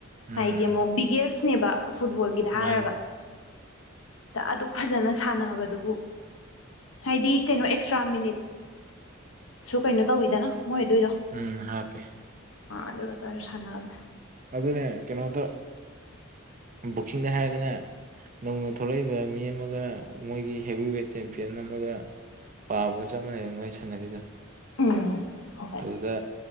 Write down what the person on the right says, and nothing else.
ꯎꯝ
ꯃꯥꯅꯦ
ꯎꯝ ꯍꯥꯄꯤꯦ
ꯑꯗꯨꯅꯦ ꯀꯩꯅꯣꯗ ꯕꯨꯀꯤꯡꯗ ꯍꯥꯏꯔꯒꯅꯦ ꯅꯧꯅ ꯊꯣꯛꯂꯛꯏꯕ ꯃꯤ ꯑꯃꯒ ꯃꯣꯏꯒꯤ ꯍꯦꯚ ꯋꯦꯠ ꯆꯦꯝꯄꯤꯌꯟ ꯑꯃꯒ ꯄꯥꯕꯒ ꯆꯞ ꯃꯥꯟꯅꯩꯕ ꯃꯩ ꯁꯥꯟꯅꯕꯤꯗ
ꯑꯗꯨꯗ